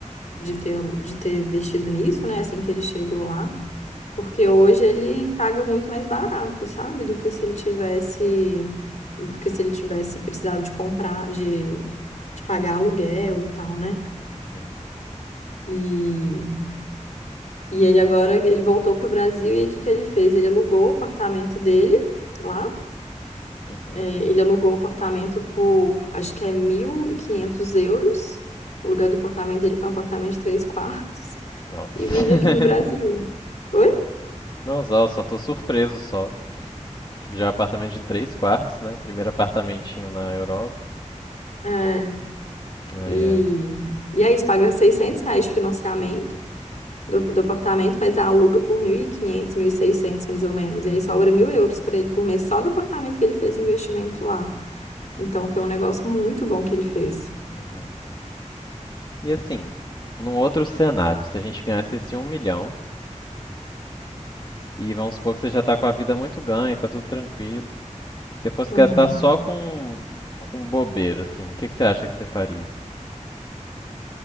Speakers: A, on the left; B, on the left.
A: de ter, de ter investido nisso, né? Assim que ele chegou lá. Porque hoje ele paga muito mais barato, sabe? Do que se ele tivesse, do que se ele tivesse precisado de comprar, de, de pagar aluguel e tal, né?
B: uhum,
A: E, e ele agora, ele voltou para o Brasil e aí o que que ele fez? Ele alugou o apartamento dele lá.
B: uhum.
A: É, ele alugou o apartamento por, acho que é 1.500 euros. O lugar do apartamento dele, que é um apartamento de três quartos.
B: Nossa.
A: E vive aqui no Brasil.
B: <laughs>
A: Oi?
B: Não, só, só tô surpreso só. Tipo, Já é apartamento de três quartos, né? Primeiro apartamentinho na Europa.
A: É,
B: Ai,
A: e,
B: ai.
A: e é isso, paga 600 reais de financiamento do, do apartamento, mas aluga por mil mil e quinhentos mil e seiscentos mais ou menos. E aí sobra mil euros para ele por mês, só do apartamento que ele fez o investimento lá. Então foi um negócio muito bom que ele fez.
B: Uhum. E assim, num outro cenário, se a gente ganhasse esse um milhão, E vamos supor que você já tá com a vida muito ganha, tá tudo tranquilo. Se você fosse
A: Uhum.
B: gastar só com, com bobeira, assim, o que que você acha que você faria?